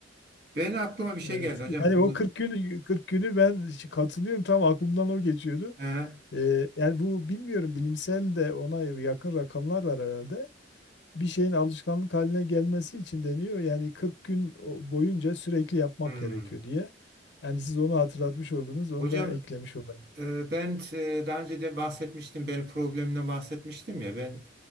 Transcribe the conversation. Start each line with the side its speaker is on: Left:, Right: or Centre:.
Right: Ben aklıma bir şey
Left: Evet.
Right: geldi hocam.
Left: Yani
Right: Bunu
Left: o 40 günü 40 günü ben ş- katılıyorum tam aklımdan o geçiyordu.
Right: Hı hı.
Left: E, yani bu bilmiyorum bilimsel de ona yakın rakamlar var herhalde. bir şeyin alışkanlık haline gelmesi için deniyor. Yani 40 gün o- boyunca sürekli yapmak
Right: Hmm.
Left: gerekiyor diye. Yani siz onu hatırlatmış oldunuz, onu
Right: Hocam
Left: da eklemiş olayım.
Right: e, ben e, daha önce de bahsetmiştim, benim problemimden bahsetmiştim ya ben